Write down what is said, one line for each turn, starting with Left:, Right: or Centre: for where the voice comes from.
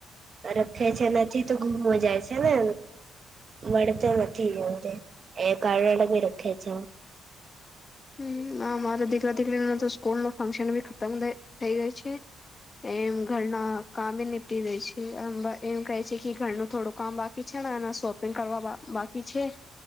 Right: રખે છે નથી તો ગુમ હો છે ને મળતો નથી એ એ કરડા ભી રખે છે.
Left: હ અમારે દીકરા દીકરીને તો સ્કૂલ નો ફંક્શન બી ખતમ થઈ થઈ ગઈ છે એમ ઘરના કામ બી નીપટી ગઈ છે એમ ભા એમ કહે છે કે ઘરનું થોડું કામ બાકી છે એના શોપિંગ કરવા બા બાકી છે